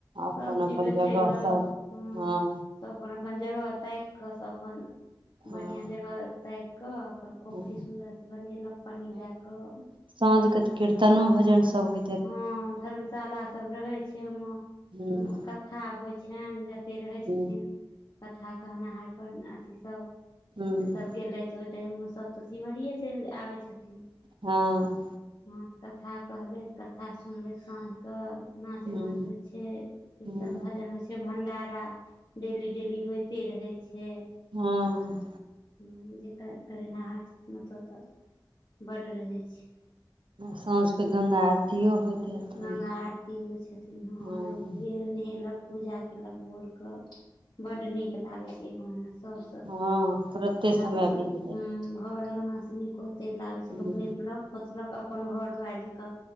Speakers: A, on the right (about 80°); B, on the left (about 50°).
A: अपन
B: सभचीज
A: अपन
B: बेचय
A: जगह
B: लए
A: सब
B: हाँ
A: हँ
B: सभ अपन अपन जगह ताकि कऽ सभ अपन
A: हँ
B: बढ़िआँ जगह ताकिकऽ अपन खोपड़ी
A: हँ
B: सुन्दरसँ बनेलक पानि दए कऽ
A: सााँझ के त कीर्तनो भजन सब होय
B: हँ धर्मशाला सब रहै छै ओमे कते
A: हूँ
B: कथा होइ छनि जतेक रहै छथिन
A: हूँ
B: कथा कहनाहर अथिसभ
A: हूँ
B: सेसभ गेलथि ओहि टाइममे सभ तऽ सिमरिए चलि आबै छथिन
A: हँ
B: हँ कथा कहलथि कथा सुनलथि साँझ केऽ नाच
A: हूँ
B: गान होइ छै कीर्तन
A: हूँ
B: भजन होइ छै भण्डारा डेली डेली होइते रहै छै
A: हँ
B: हुँ जे कर करेनिहार छथिन ओतय तय बड रहै छै
A: साँझके गङ्ंगा आरतियो होइत हेथिन
B: गंगा आरती होइ छथिन हँहँ
A: हँ
B: लोक गेल नहेलक पूजा केलक भोर क बड नीक लागै छै एक महिना सबसे
A: हँ तुरते समय
B: लागै छै
A: बीत जाइ
B: घर अङ्गनासँ नीक ओते लागै छै
A: हूँ
B: लोक निपलक पोतलक अपन घर दुआरि जकऽ